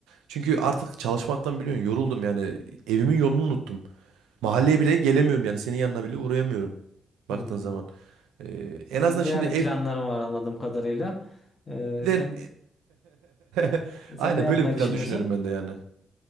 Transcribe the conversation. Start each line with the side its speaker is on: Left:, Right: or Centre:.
Right: Çünkü artık çalışmaktan biliyorsun yoruldum yani evimin yolunu unuttum. Mahalleye bile gelemiyorum yani. Senin yanına bile uğrayamıyorum
Left: Hmm.
Right: baktığın zaman. Ee, en
Left: Sen
Right: azından
Left: de
Right: şimdi
Left: yani planların var anladığım kadarıyla. E,
Right: evden...
Left: sen
Right: <laughs>
Left: sen
Right: Aynen
Left: ne yapmayı
Right: böyle bir plan
Left: düşünüyorsun?
Right: düşünüyorum ben de yani.